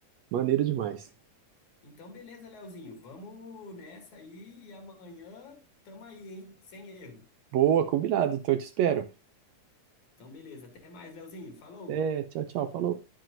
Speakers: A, on the right (about 75°); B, on the left (about 70°).
A: Maneiro demais.
B: Então, beleza, Leozinho, vamos nessa aí e amanhã tamo aí, hein? Sem erro.
A: Boa, combinado. Então eu te espero.
B: Então, beleza, até mais, Leozinho, falou!
A: Até, tchau, tchau. Falou.